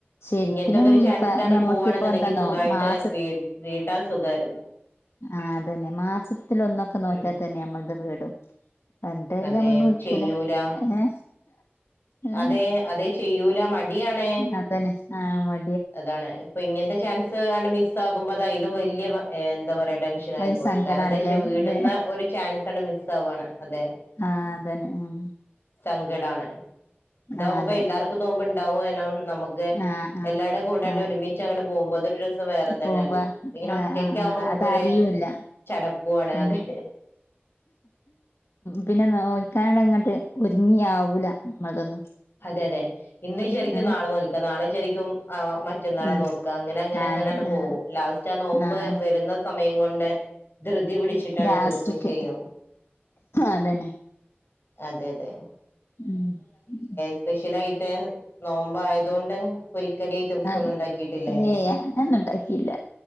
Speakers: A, on the left; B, on the left.
A: ശരിക്കിനും
B: ഇങ്ങനത്തെൊക്കെ ഒരു ചാൻസിലാണ്
A: ഇപ്പ ഞമ്മക്കിപ്പോ
B: പോുകവാണെന്നുണ്ടെങ്കിൽ
A: എന്താന്നോ
B: സുഖമായിട്ട്
A: മാസ
B: വീ വീട്ടാ സുഖമായിരുന്നു
A: ആ അത തന്നെ മാസത്തിലൽൊന്നൊക്കെ നോറ്റാൽ
B: ഉം
A: തന്നെ നമ്മള ഇത് പേടും എന്തല്ലമ്മ
B: അതെ
A: ഒന്നും ഒൽക്കൂല
B: ചെയ്യൂല
A: ഏ ഉം
B: അതെ അതെ ചെയ്യൂല മടിയാണ്
A: അതന്നെ ആഹ് മ
B: അതാണ് ഇപ്പൊ ഇങ്ങനത്തെ ചാൻസ് അ മിസ് ആകുമ്പോ അതായില്ല വല എന്താ പറയാ ടെൻഷൻ ആായി
A: അതൊരു
B: പോയി
A: സങ്കടാണല്ലേ
B: കാരണം എന്താ വെച്ചാൽ വീടുന്ന
A: അല്ലെ
B: ഒരു ചാൻസണ് മിസ് ആവയാണ് അതെ
A: ആഹ അതന്നെ ഉം
B: സങ്കടാണ് ഇതകുമ്പ
A: ആഹ് അതെ
B: എല്ലാർക്കും നോവുമ്പോ ഉണ്ടാവനോ നമുക്ക്
A: ആഹ് ആഹ്
B: എല്ലരുടെ കൂടാണ്ട്
A: ആഹ്
B: ഒരുമിച്ച് അങ്ങട്ട് പോകുമ്പോ സം വേറെ തന്നെ
A: പോകുമ്പ
B: അല്ല അങ്ങനെ ഒറ്റക്ക
A: ആഹ് ആഹ്
B: ആകുമ്പോ
A: ആഹ്
B: നമുക്കൊരു
A: അതറിയൂല്ല
B: ച പോാണ്
A: ഉം
B: അതെ
A: പിന്നെ നോയിിക്കാനോട് ഇങ്ങോട്ട് ഒരുങ്ങിയ ആാവൂല നമ്മളതൊന്നും
B: അതെ അതെ ഇന്ന് ശരിക്കും
A: ഏഹ്
B: നാളെ നോൽക്കുക നാളെ ശരിക്കും മറ്റന്നാളെ
A: ആഹ്
B: നോക്കുക അങ്ങനെ അങ്ങനെ അങ്ങന
A: അതെ
B: പോകും
A: ആഹ്
B: ലാസ്റ്റ് ആ നോമ്പ്
A: ആഹ്
B: വരുന്ന സമയം കൊണ്ട് ധൃതി പിടിച്ചിട്ടാണ്
A: ലാസ്റ്റ്ക്ക്
B: തീർക്കുകയും ചെയ്യാം
A: അതന്നെ
B: അതെ അതെ
A: ഉം ഉ
B: സ്പെഷ്യല ആയിട്ട് നോമ്പോ ആയതുകൊണ്ട് രിക്കടി റ്റംന്നും
A: ആഹ്
B: ഉണ്ടാക്കിട്ടില്ല
A: ഏയ് അങ്ങനൊന്നും ഉണ്ടാക്കിയില്ല